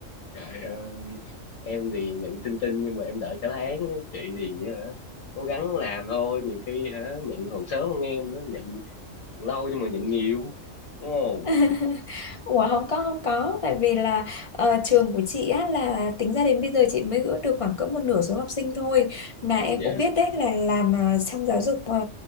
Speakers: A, on the left; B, on the left.
A: Trời ơi, em thì nhận tin tin nhưng mà em đợi cả tháng á. Chị thì ờ, cố gắng làm thôi, nhiều khi hả, nhận còn sớm hơn em nữa, nhận lâu nhưng mà nhận nhiều. Đúng không?
B: <laughs> Ủa không có không có tại vì là ờ, trường của chị á là tính ra đến bây giờ chị mới gỡ được khoảng cỡ một nửa số học sinh thôi mà
A: ừ
B: em
A: dạ
B: cũng biết đấy là làm à, trong giáo dục ờ,